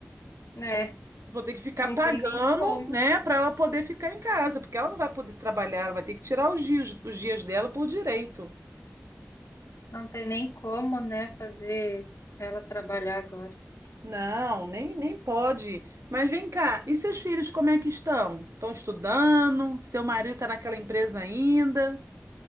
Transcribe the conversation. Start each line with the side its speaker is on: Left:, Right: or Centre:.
Left: né?
Right: Vou ter que ficar
Left: Não
Right: pagando,
Left: tem nem como,
Right: né, pra ela poder ficar em casa, porque ela não vai poder trabalhar, ela vai ter que tirar os dias, os dias dela por direito.
Left: não tem nem como, né, fazer ela trabalhar agora.
Right: Não, nem, nem pode. Mas vem cá, e seus filhos como é que estão? Estão estudando? Seu marido tá naquela empresa ainda?